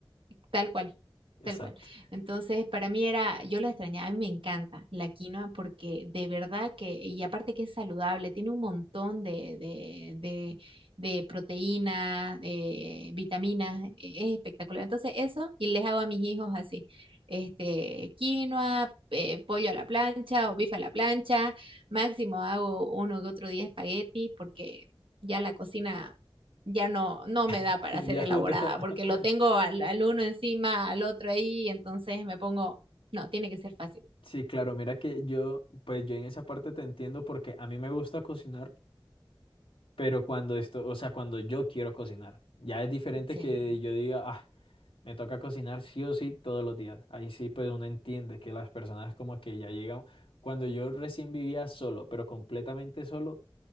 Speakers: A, on the right; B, on the left.
A: Tal cual,
B: Exacto.
A: tal cual. Entonces, para mí era, yo lo extrañaba, a mí me encanta la quinoa porque de verdad que, y aparte que es saludable, tiene un montón de, de, de, de proteínas, eh, vitaminas, e- es espectacular. Entonces, eso, y les hago a mis hijos así, este, quinoa, eh, pollo a la plancha o bife a la plancha, máximo hago uno que otro día espagueti porque ya la cocina ya no, no me da
B: <laughs>
A: para ser
B: Ya
A: elaborada,
B: no te... <laughs>
A: porque lo tengo al, al uno encima, al otro ahí, entonces me pongo, no, tiene que ser fácil.
B: Sí, claro, mira que yo, pues yo en esa parte te entiendo porque a mí me gusta cocinar, pero cuando esto, o sea, cuando yo quiero cocinar, ya es diferente
A: Sí.
B: que yo diga, ah, Me toca cocinar sí o sí todos los días. Ahí sí, pues uno entiende que las personas como que ya llegan. Cuando yo recién vivía solo, pero completamente solo,